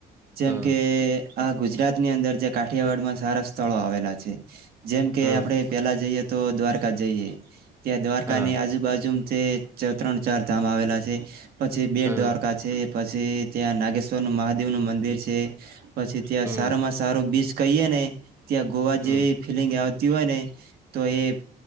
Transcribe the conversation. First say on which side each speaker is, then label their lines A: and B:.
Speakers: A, on the right; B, on the right.
A: જેમ
B: હા
A: કે આ ગુજરાતની અંદર, જે કાઠિયાવાડમા સારા સ્થળો આવેલા છે, જેમ કે
B: હા
A: આપડે જએ, તો દ્વારકા જઈએ ત્યાં દ્વારકા
B: હા
A: ની આજુબાજુ જે ત્રણ ચાર ધામ આવેલા છે, પછી બેટ
B: હા
A: દ્વારકા છે. પછી, ત્યાં નાગેશ્વર નું મહાદેવ નું મંદિર છે, પછી ત્યાં
B: હમ
A: સારામાં સારું બીચ કહીયે ને ત્યા ગોવા
B: હમ
A: જેવી, ફીલિંગ આવતી હોય ને તો એ